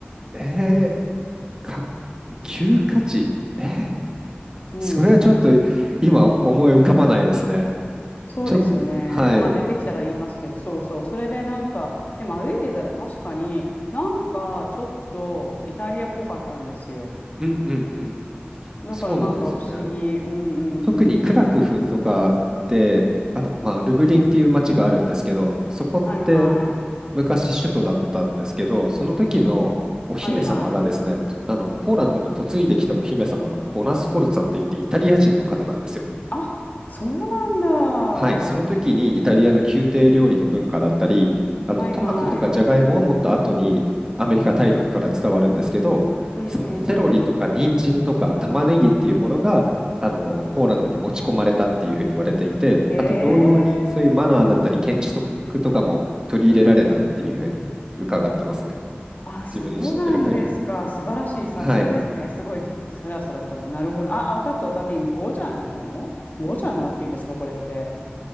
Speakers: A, on the right; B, on the left.
A: えー、か、旧価値。えー、
B: うん。
A: それはちょっと今思い浮かばないですね。
B: そうですよね。
A: ちょっと、はい。
B: まあ出てきたら言いますけど、そうそう。それでなんか、でも歩いてたら確かになんかちょっとイタリアっぽかったんですよ。
A: うんうんうん。
B: だからなんか不思議。
A: そうなんですよね。
B: うんうんうん。
A: 特にクラクフとかで、
B: え
A: あと、まあ、ルブリンっていう街があるんですけど、そこって
B: ーはいはい。
A: 昔首都だったんですけど、その時のお姫様がですね、
B: あ、はいはい。
A: あの、ポーランドに嫁いできたお姫様がボナス・フォルツァって言ってイタリア人の方なんですよ。
B: あ、そうなんだ。
A: はい、その時にイタリアの宮廷料理の文化だったり、あのトマトとかジャガイモはもっと後にアメリカ大陸から伝わるんですけど、
B: はいはい。うんうんうん。
A: そのセロリとか人参とか玉ねぎっていうものがあのポーランドに持ち込まれたっていうふうに言われていて、
B: うんうん。へえ。
A: あと同様にそういうマナーだったり建築とかも取り入れられたっていうふうに伺ってますね。
B: あ、そうなんですか。
A: 自分の知ってる限り。
B: 素晴らしい。さすがですね。
A: はい。
B: すごい、スラスラと。なるほど。あ、あ、分かった分かった。今、ボジャノボジャノっていうんですか、これって。